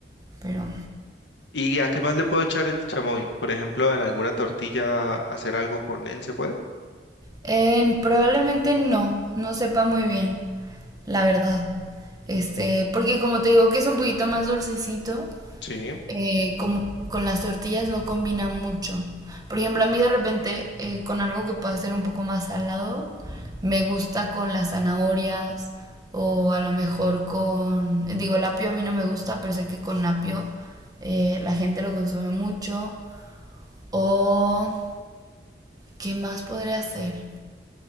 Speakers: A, on the right; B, on the left.
A: pero...
B: ¿Y a qué más le puedo echar el chamoy? Por ejemplo, en alguna tortilla hacer algo con él, ¿se puede?
A: Eh, probablemente no, no sepa muy bien, la verdad. Este, porque como te digo que es un poquito más dulcecito,
B: Sí,
A: eh, como con las tortillas no combina mucho. Por ejemplo, a mí de repente eh, con algo que pueda ser un poco más salado, me gusta con las zanahorias o a lo mejor con, digo, el apio a mí no me gusta, pero sé que con apio eh, la gente lo consume mucho. O, ¿qué más podría hacer?